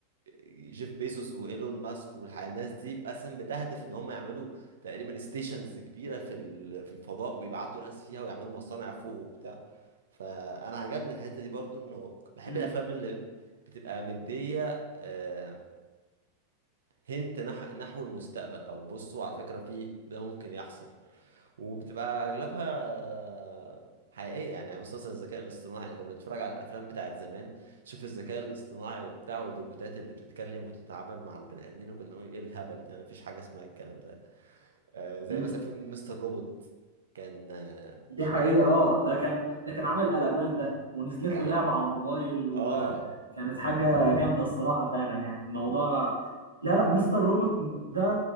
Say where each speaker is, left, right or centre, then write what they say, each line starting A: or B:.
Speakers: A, on the right (about 65°); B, on the right (about 80°).
A: جيف بيزوس وايلون ماسك والناس دي اساسا بتهدف ان هم يعملوا تقريبا ستيشنز كبيره في ال- في الفضاء ويبعتوا ناس فيها ويعملوا مصانع فوق وبتاع فانا عجبني الحته دي برضو انه بحب
B: مم.
A: الافلام اللي بتبقى مديه آه، هنت نح... نحو المستقبل او بصوا على فكرة في ده ممكن يحصل وبتبقى اغلبها حقيقية يعني يعني بس مثلا الذكاء الاصطناعي يعني كنا بنتفرج على الافلام بتاعت زمان تشوف الذكاء الاصطناعي وبتاع والروبوتات اللي بتتكلم وتتعامل مع البني ادمين وكنا نقول ايه الهبل ده مفيش حاجة اسمها الكلام ده آه زي
B: مم.
A: مثلا فيلم مستر روبوت كان آه
B: دي
A: مش فاكر
B: حقيقة اه ده كان
A: اه
B: ده كان عامل قلبان ده ونزلت
A: كان
B: له لعبة على الموبايل وكانت
A: اه آه.
B: حاجة جامدة الصراحة فعلا يعني الموضوع لا لا مستر روبوت ده